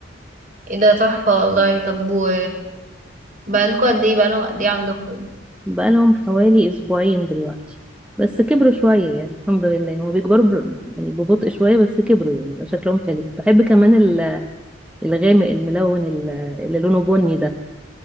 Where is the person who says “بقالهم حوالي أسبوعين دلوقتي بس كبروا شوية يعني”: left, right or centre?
Centre